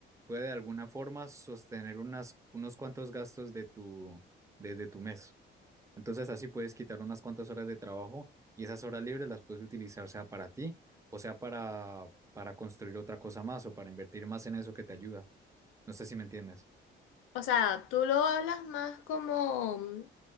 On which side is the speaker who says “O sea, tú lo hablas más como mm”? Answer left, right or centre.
Left